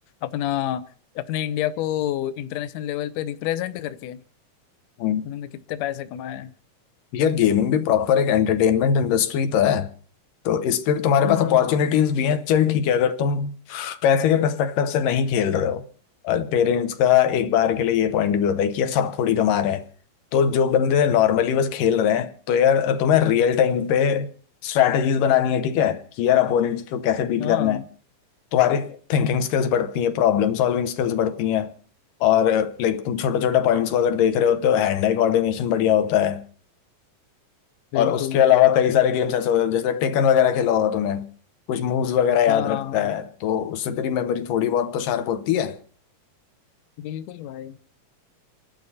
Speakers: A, on the left; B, on the left.
A: अपना अपने इंडिया को इंटरनेशनल लेवल पे रिप्रेजेंट करके
B: हम्म।
A: उन्होंने कितने पैसे कमाए हैं
B: यार गेमिंग भी प्रॉपर एक एंटरटेनमेंट इंडस्ट्री तो है तो इस पे भी तुम्हारे
A: हम्म
B: पास अपॉर्चुनिटीज भी हैं चल ठीक है अगर तुम पैसे के पर्सपेक्टिव से नहीं खेल रहे हो पेरेंट्स का एक बार के लिए ये पॉइंट भी होता है कि यार सब थोड़ी कमा रहे हैं तो जो बंदे नॉर्मली बस खेल रहे हैं तो यार तुम्हें रियल टाइम पे स्ट्रैटेजीज बनानी है ठीक है कि यार अपोनेंट्स को कैसे बीट
A: हाँ
B: करना है तुम्हारी थिंकिंग स्किल्स बढ़ती हैं प्रॉब्लम सॉल्विंग स्किल्स बढ़ती हैं और लाइक तुम छोटे छोटे पॉइंट्स को अगर देख रहे होते हो हैंड आई कोऑर्डिनेशन बढ़िया होता है
A: बिल्कुल
B: और उसके अलावा कई सारे गेम्स ऐसे होते हैं जैसे टेकन वगैरह खेला होगा तूने कुछ मूव्स वगैरह याद
A: हाँ हाँ
B: रखता
A: हाँ,
B: है तो उससे तेरी मेमोरी थोड़ी बहुत तो शार्प होती है
A: बिल्कुल भाई